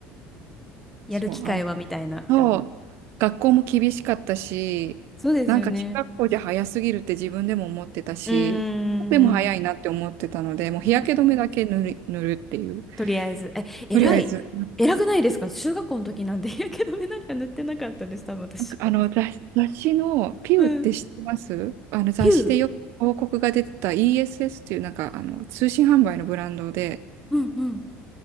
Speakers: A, in the centre; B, on the right.
A: やる機会はみたいな
B: そう、あんそう、学校も厳しかったし、
A: そうですよね
B: なんか中学校じゃ早すぎるって自分でも思ってたし、
A: うーんうん
B: でも早いなって思ってたので、もう日焼け止めだけ塗る、
A: うん
B: 塗るっていう。
A: とりあえず。え、偉い。
B: とりあえず、
A: 偉くないですか中学校の時なんで日焼け止め <laughs> なんか塗ってなかったです、多分私。
B: あの雑、雑誌のピューって知ってますあの雑誌でよく広告が出てた
A: うん。ピュー
B: ESS っていうなんかあの通信販売のブランドで、
A: うんうん。